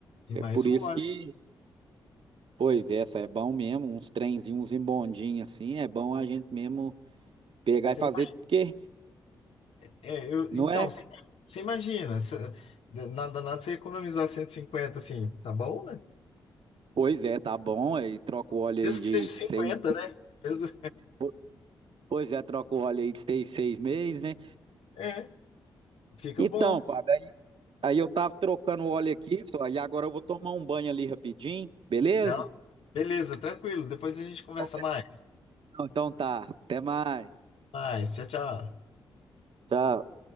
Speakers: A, on the left; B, on the right.
A: e
B: É
A: mais
B: por
A: o
B: isso
A: óleo.
B: que, pois é, isso é bom mesmo, uns trenzinhos, uns embondinhos assim, é bom a gente mesmo pegar
A: Você
B: e fazer,
A: ima-
B: porque
A: é, eu,
B: não
A: então,
B: é.
A: você, você imagina, você, nada, nada você economizar 150 assim, tá bom, né?
B: Pois é, tá bom. Aí troca o óleo
A: Mesmo
B: aí de
A: que seja cinquenta
B: seis.
A: né? Mesmo-
B: po- Pois é, troca o óleo aí de seis, seis meses, né?
A: é, fica
B: Então,
A: bom.
B: Fábio, aí, aí eu tava trocando o óleo aqui, só, e agora eu vou tomar um banho ali rapidinho, beleza?
A: Não, beleza, tranquilo. Depois a gente conversa
B: Qualquer-
A: mais.
B: Então tá, até mais.
A: Mais, tchau, tchau.
B: Tchau.